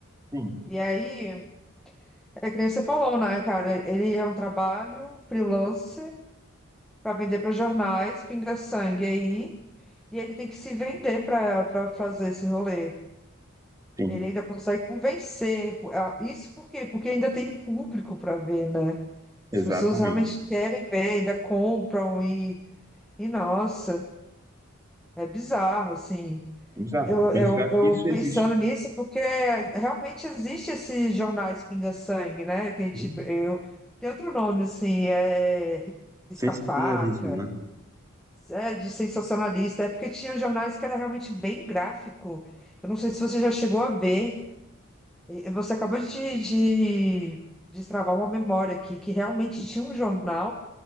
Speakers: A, on the right; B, in the centre.
A: sim,
B: E aí. É que nem você falou, né, cara? Ele é um trabalho freelance para vender para jornais, pinga-sangue aí, e ele tem que se vender para para fazer esse rolê.
A: sim,
B: Ele ainda consegue convencer. Ah, Isso por quê? Porque ainda tem público para ver, né?
A: exatamente.
B: As pessoas realmente querem ver, ainda compram e, e nossa, é bizarro, assim.
A: Vamos lá,
B: Eu,
A: e pensar
B: eu, eu
A: que isso
B: pensando
A: existe.
B: nisso, porque realmente existe esse jornais Pinga-Sangue, né? Que a gente,
A: Sim.
B: eu, tem outro nome, assim, é risca-faca,
A: Sensacionalismo, né?
B: é, de sensacionalista, é porque tinha jornais que era realmente bem gráfico. Eu não sei se você já chegou a ver, e você acabou de, de destravar uma memória aqui, que realmente tinha um jornal